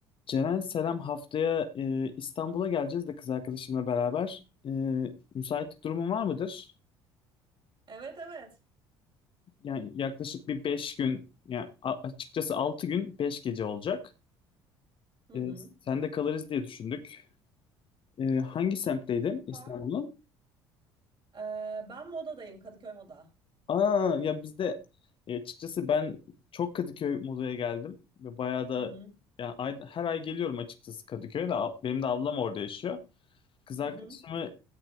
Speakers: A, on the left; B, on the right.
A: Ceren selam haftaya e, İstanbul'a geleceğiz de kız arkadaşımla beraber. E, müsaitlik durumun var mıdır?
B: Evet evet.
A: Yani yaklaşık bir beş gün yani a- açıkçası 6 gün 5 gece olacak.
B: Hı hı.
A: E, sen de kalırız diye düşündük. E, hangi semtteydin
B: Süper.
A: İstanbul'un?
B: Ee, ben modadayım Kadıköy Moda.
A: Aa ya bizde e, açıkçası ben çok Kadıköy modaya geldim ve bayağı da
B: Hı hı.
A: yani ay- her ay geliyorum açıkçası Kadıköy'de. Benim de ablam orada yaşıyor. Kız
B: Hı
A: arkadaşımı
B: hı.